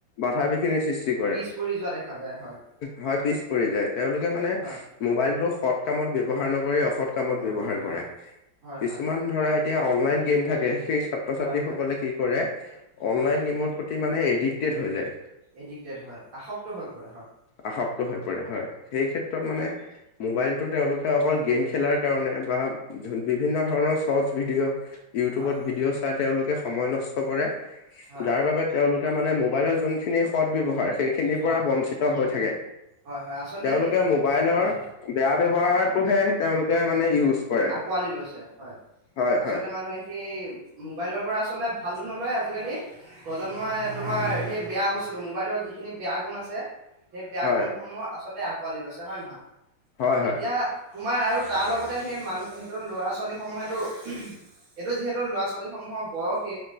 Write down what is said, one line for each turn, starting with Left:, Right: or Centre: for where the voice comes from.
Left: বাধা-বিঘিনি সৃষ্টি কৰে।
Right: উৰি যোৱা দেখা যায়। হয়,
Left: হয় পিছ পৰি যায়। তেওঁলোকে মানে
Right: হয়।
Left: মোবাইলটো সৎ কামত ব্যৱহাৰ নকৰি, অসৎ কামত
Right: নকৰে
Left: ব্যৱহাৰ
Right: হয়,
Left: কৰে। কিছুমান
Right: হয়, হয়,
Left: <unintelligible> ধৰা এতিয়া অনলাইন গেম থাকে, সেই ছাত্ৰ-ছাত্ৰীসকলে
Right: হয়, হয়,
Left: কি কৰে?
Right: হয়।
Left: অনলাইন গেমৰ প্ৰতি মানে এডিকটেড হৈ যায়।
Right: এডিক্টেড হয়, আসক্ত হৈ পৰে হয়।
Left: আসক্ত হৈ পৰে হয়। সেই ক্ষেত্ৰত মানে মোবাইলটো তেওঁলোকে অকল গেম খেলাৰ কাৰণে বা বিভিন্ন ধৰণৰ ছটচ ভিডিঅ' ইউটিউবত
Right: হয় হয়
Left: ভিডিঅ' চাই তেওঁলোকে সময় নষ্ট কৰে।
Right: হয়
Left: যাৰ বাবে তেওঁলোকে মানে মোবাইলৰ যোনখিনি সৎত ব্যৱহাৰ সেইখিনিৰ
Right: হয়
Left: পৰা বঞ্চিত হৈ থাকে।
Right: হয় হয় আচলতে
Left: তেওঁলোকে
Right: সেই
Left: মোবাইলৰ
Right: হয়
Left: বেয়া ব্যৱহাৰটোহে তেওঁলোকে মানে ইউজ কৰে।
Right: আকোঁৱালি লৈছে হয়,
Left: হয়
Right: আচলতে
Left: হয়
Right: মানুহে সেই মোবাইলৰ পৰা আচলতে ভালটো নলয় আজিকালি প্ৰজন্মই তোমাৰ সেই বেয়া বস্তুটো, মোবাইলৰ যিখিনি বেয়া গুণ আছে। সেই বেয়া
Left: হয়
Right: গুণসমূহ আচলতে আঁকোৱালি লৈছে হয় নহয়,
Left: হয়
Right: এতিয়া
Left: হয়
Right: তোমাৰ আৰু তাৰ লগতে সেই মানুহ, সেইটো ল'ৰা-ছোৱালী সমূহেটো এইটো, যিহেতু ল'ৰা-ছোৱালীসমূহৰ বয়সে